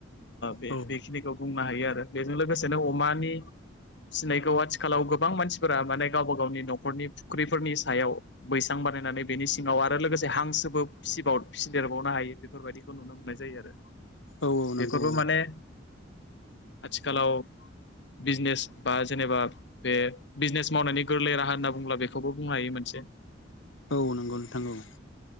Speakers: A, on the left (about 60°); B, on the left (about 80°).
A: बे
B: औ
A: बेखिनिखौ बुंनो हायो आरो बेजों लोगोसेनो अमानि सिनायखौ आथिखालाव गोबां मानसिफोरा माने गावबा गावनि न'खरनि फुख्रिफोरनि सायाव बैसां बानायनानै बेनि सिङाव आरो लोगोसे हांसोबो फिसिबाव फिसिदेरबाव नो हायो बेफोरबायदिखौ नुनो मोननाय जायो आरो
B: औ औ नंगौ
A: बेफोरबो माने आथिखालाव बिजनेस बा जेनेबा बे बिजनेस मावनायनि गोरलै राहा होनना बुंब्ला बेखौबो बुंनो हायो मोनसे
B: औ नंगौ नोंथां औ।